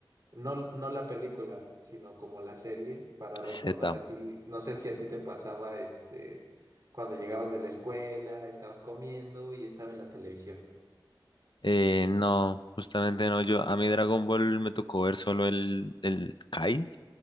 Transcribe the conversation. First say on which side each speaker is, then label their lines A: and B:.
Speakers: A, on the right; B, on the left.
A: No, no la película, sino como la serie, para recordar
B: Z.
A: así. No sé si a ti te pasaba este cuando llegabas de la escuela, estabas comiendo y estaba en la televisión.
B: Eh, no, justamente no, yo, a mí Dragon Ball me tocó ver solo el, el Kai,